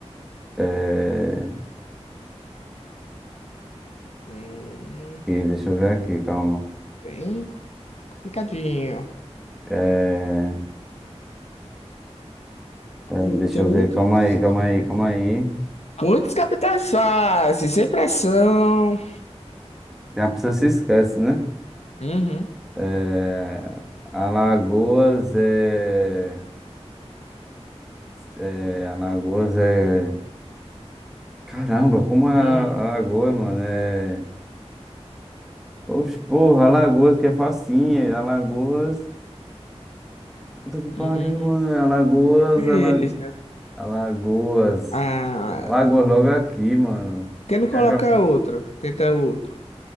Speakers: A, in the centre; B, on the left.
A: É,
B: Hum,
A: deixa eu ver aqui, calma.
B: bem complicadinho.
A: calma calma calma É,
B: Hum,
A: é, Deixa
B: Tem
A: eu
B: muitos.
A: ver, calma aí, calma aí, calma aí.
B: Muitos capitais fáceis, sem pressão.
A: Já a pessoa se esquece, né?
B: Uhum.
A: É, Alagoas é... é. Alagoas é. Caramba, como é
B: Hum.
A: Ala- Alagoas, mano? É. Oxe, porra, Alagoas que é facinha. Alagoas. Puta que pariu,
B: Hum.
A: mano. é Alagoas,
B: Difícil.
A: Ala... Alagoas.
B: Ah,
A: Alagoas logo aqui, mano.
B: por que não
A: Tem
B: coloca
A: a cap-
B: outro? Tenta outro.